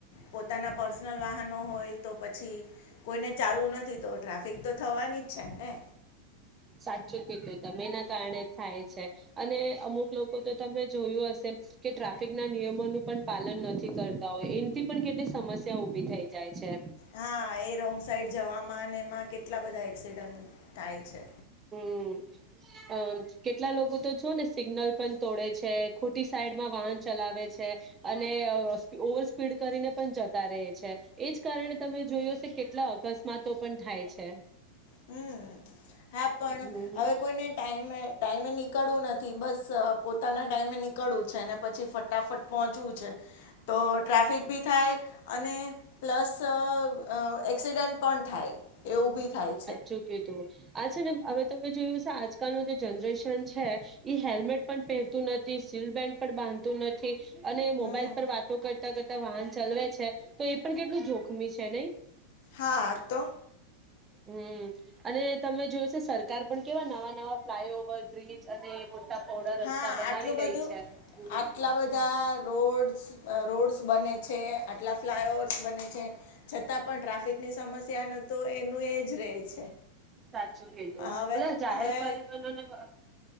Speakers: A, on the left; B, on the right.
A: પોતાના પર્સનલ વાહનો હોય તો પછી કોઈને ચાલવું નથી તો ટ્રાફિક તો થવાની જ છે. ને
B: સાચું કીધું તમે એના કારણે થાય છે અને અમુક લોકો તો તમે જોયું હશે કે ટ્રાફિક ના નિયમોનું પન પાલન નથી કરતા હોય એનથી પણ કેટલી સમસ્યા ઉભી થઈ જાય છે.
A: હા એ રોંગ સાઈડ જવા માંને એમાં કેટલા બધા એક્સિડન્ટ થાય છે.
B: હમ અમ કેટલા લોકો તો છો ને સિગ્નલ પણ તોડે છે ખોટી સાઈડમાં વાહન ચલાવે છે અને અ ઓવર સ્પીડ કરીને પણ જતા રે છે. એજ કારણે તમે જોયું હશે કેટલા અકસ્માતો પણ થાય છે.
A: હમ હા પણ
B: હમ
A: હવે કોઈને ટાઈમે ટાઈમે નીકળવું નથી બસ પોતાના ટાઈમે નીકળવું છે ને પછી ફટાફટ પહોંચવું છે તો ટ્રાફિક બી થાય અને પ્લસ અ એક્સિડન્ટ પણ થાય. એવું બી થાય.
B: ચુ કીધું આ છે ને હવે તમે જોયું છે આજકાલનું જે જનરેશન છે એ હેલ્મેટ પણ પેરતું નથી સીલ બેન્ડ પણ બાંધતું નથી. અને
A: હમ
B: મોબાઈલ પર વાતો કર કરતા કરતા વાહન ચલવે છે તો એ પણ કેટલું જોખમી છે નય
A: હા તો
B: હમ અને તમે જોયશે સરકાર પણ કેવા નવા નવા ફ્લાય ઓવર બ્રિજ અને મોટા પહોળા
A: હા
B: રસ્તા બનાવી
A: આટલું
B: રહી
A: બધું
B: છે. હમ
A: આટલા બધા રોડ રોડ્સ બને છે ટલા ફ્લાય ઓવર્સ બને છે છતાં પણ ટ્રાફિકની સમસ્યા નું તો એનું એજ રહે છે
B: સાચું કિધું
A: હવે
B: ઉલા જાહેર
A: હવે
B: પરિબનો ને